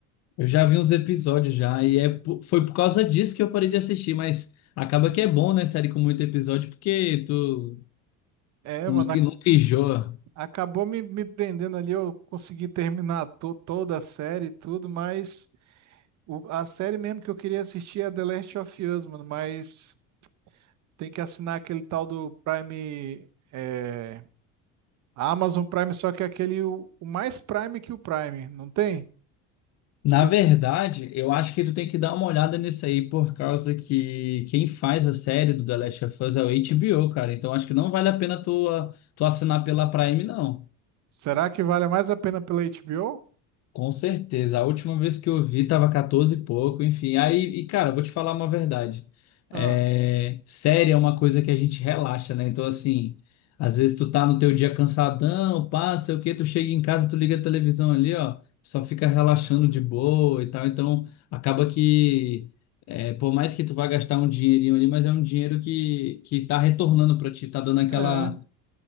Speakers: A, on the left (about 50°); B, on the right (about 50°).
A: Eu já vi uns episódios já, e é, po- foi por causa disso que eu parei de assistir, mas acaba que é bom, né, série com muito episódio, porque tu
B: É,
A: não-
B: mano,
A: que
B: a-
A: nunca enjoa.
B: acabou me, me prendendo ali, eu consegui terminar to- toda a série e tudo, mas o- a série mesmo que eu queria assistir é The Last of Us, mano, mas tem que assinar aquele tal do Prime. é, A Amazon Prime só que é aquele o, o mais Prime que o Prime, não tem?
A: Na
B: Esqueci.
A: verdade, eu acho que tu tem que dar uma olhada nisso aí, por causa que quem faz a série do The Last of Us é o HBO, cara. Então acho que não vale a pena tu, a- tu assinar pela Prime, não.
B: Será que vale mais a pena pela HBO?
A: Com certeza. A última vez que eu vi tava 14 e pouco, enfim. Aí, e cara, vou te falar uma verdade.
B: Ah,
A: É, série é uma coisa que a gente relaxa, né? Então, assim, às vezes tu tá no teu dia cansadão, pá, não sei o quê, tu chega em casa, tu liga a televisão ali, ó, só fica relaxando de boa e tal. Então, acaba que, é, por mais que tu vá gastar um dinheirinho ali, mas é um dinheiro que, que tá retornando pra ti, tá dando aquela,
B: é,